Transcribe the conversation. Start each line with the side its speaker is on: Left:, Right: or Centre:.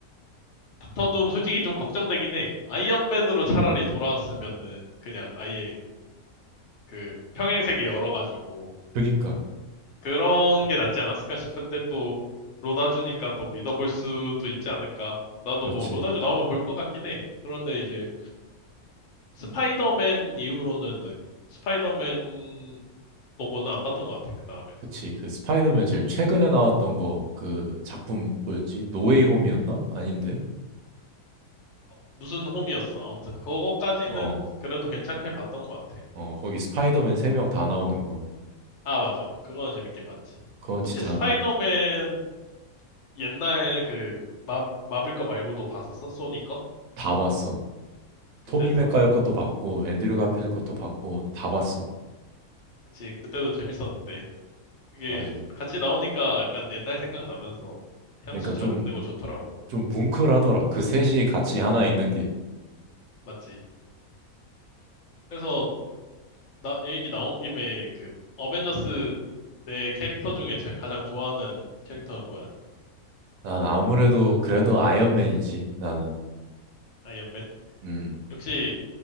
Left: 닥터 둠 솔직히 좀 걱정되긴 해. 아이언맨으로 차라리 돌아왔으면은 그냥 아예 그 평행세계 열어가지고
Right: 그니까.
Left: 그런 게 낫지 않았을까 싶은데 또 로다주니까 또 믿어볼 수도 있지 않을까. 나도
Right: 그렇지.
Left: 뭐 로다주 나오면 볼 것 같긴 해. 그런데 이제 스파이더맨 이후로는 난 스파이더맨 보고는 안 봤던 것 같아. 그 다음에는
Right: 그치. 그 스파이더맨 제일 최근에 나왔던 거, 그 작품 뭐였지? 노웨이 홈이었나? 아닌데.
Left: 무슨 홈이었어. 아무튼 그거까지는
Right: 어.
Left: 그래도 괜찮게 봤던 것 같아.
Right: 어. 거기 스파이더맨 세 명 다 나오는 거.
Left: 아 맞아. 그거는 재밌게 봤지.
Right: 그건
Left: 혹시
Right: 진짜
Left: 스파이더맨
Right: 나
Left: 옛날 그 마, 마블 거 말고도 봤었어? 소니 거?
Right: 다 봤어.
Left: 그때
Right: 토비
Left: 다
Right: 맥과이어
Left: 봤었.
Right: 것도
Left: 지
Right: 봤고, 앤드류 가필 것도 봤고, 다 봤어.
Left: 그치. 그때도 재밌었는데. 그게
Right: 맞아.
Left: 같이 나오니까 약간 옛날 생각나면서 향수
Right: 그러니까
Left: 자극되고
Right: 좀,
Left: 좋더라고.
Right: 좀 뭉클하더라. 그 셋이 같이 하나 있는 게.
Left: 맞지? 그래서 나 얘기 나온 김에 그 어벤져스 내 캐릭터 중에 제 가장 좋아하는 캐릭터는 뭐야?
Right: 난 아무래도 그래도 아이언맨이지, 나는.
Left: 아이언맨?
Right: 음,
Left: 역시